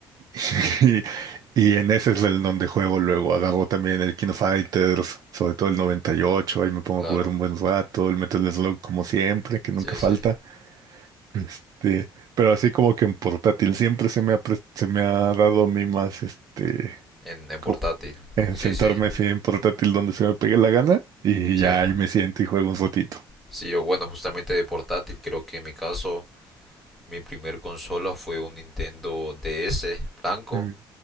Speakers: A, on the right; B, in the centre.
A: <laughs> Y, y en ese es el donde juego luego. Agarro también el King of Fighters, sobre todo el 98. Ahí me pongo
B: claro,
A: a jugar un buen rato. El Metal Slug, como siempre, que nunca
B: sí,
A: falta.
B: sí,
A: Este, pero así como que en portátil siempre se me ha, pres- se me ha dado a mí más este,
B: en, en portátil,
A: como en
B: sí,
A: sentarme
B: sí,
A: así en portátil donde se me pegue la gana. Y
B: sí,
A: ya ahí me siento y juego un ratito.
B: sí, o bueno, justamente de portátil, creo que en mi caso, mi primer consola fue un Nintendo DS blanco
A: Mm.